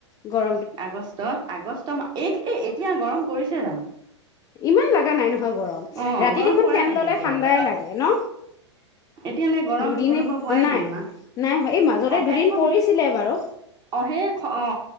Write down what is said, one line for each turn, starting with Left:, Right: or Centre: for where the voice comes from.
Left: গৰ।
Right: আগষ্টত আগষ্ট মাহ এই এ এতিয়া গৰম পৰিছে জানো।
Left: ইমান লগা নাই নহয় গৰম
Right: অ
Left: ৰাতিত
Right: গৰম
Left: এখন
Right: পৰাই
Left: ফেন ললে
Right: নাই এতিয়ালৈ
Left: ঠাণ্ডাই লাগে ন
Right: এতিয়ালৈ গৰম
Left: দুদিনে
Right: অনুভৱ হোৱাই
Left: নাই
Right: ইমান
Left: নাই এই মাজতে
Right: অ
Left: দুদিন
Right: ফেনখন
Left: পৰিছিলে বাৰু।
Right: অ' সেই অ